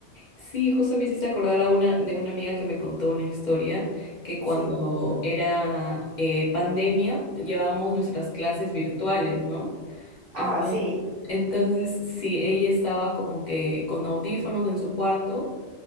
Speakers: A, on the left; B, on the right.
A: Sí, justo me hiciste acordar a una, de una amiga que me contó una historia que cuando
B: sí.
A: era eh, pandemia llevábamos nuestras clases virtuales, ¿no?
B: Ah,
A: Entonces,
B: sí.
A: entonces, sí, ella estaba como que con audífonos en su cuarto